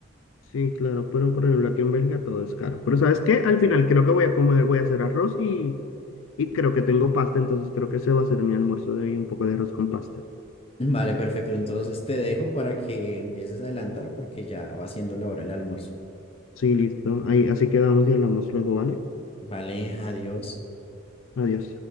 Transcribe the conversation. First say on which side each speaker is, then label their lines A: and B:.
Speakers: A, on the left; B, on the left.
A: Sí, claro, pero por ejemplo, aquí en Bélgica todo es caro. Pero ¿sabes qué? Al final creo que voy a comer, voy a hacer arroz y, y creo que tengo pasta, entonces creo que ese va a ser mi almuerzo de hoy, un poco de arroz con pasta.
B: Vale, perfecto. Entonces te dejo para que empieces a adelantar porque ya va siendo la hora del almuerzo.
A: Sí, listo. Ahí, así quedamos y hablamos luego, ¿vale?
B: Vale, adiós.
A: Adiós.